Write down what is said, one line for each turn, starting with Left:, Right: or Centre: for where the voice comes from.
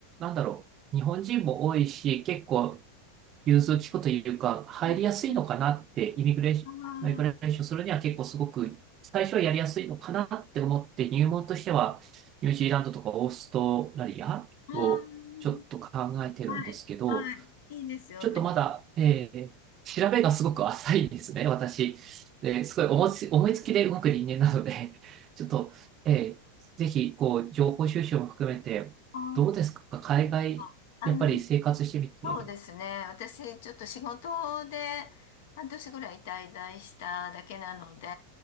Right: なんだろう、日本人も多いし、結構融通きくというか、入りやすいのかなって、
Left: はい。はい。
Right: イミグレーション、
Left: あ
Right: マイグレーションするには結構すごく、最初はやりやすいのかなって思って、入門としては、ニュージーランドとかオーストラリアをちょっと考えてるんですけど、
Left: あ、ああ、はい。はい。いいですよね。
Right: ちょっとまだ、えー調べがすごく浅いんですね、私。で、すごい思いつ、思いつきで動く人間なので、ちょっと、えーぜひ、こう、情報収集も含めて、
Left: あ
Right: どうですか、海外、
Left: あ、あの、
Right: やっぱり生活してみて、
Left: そうですね。私、ちょっと仕事で半年ぐらい滞在しただけなので、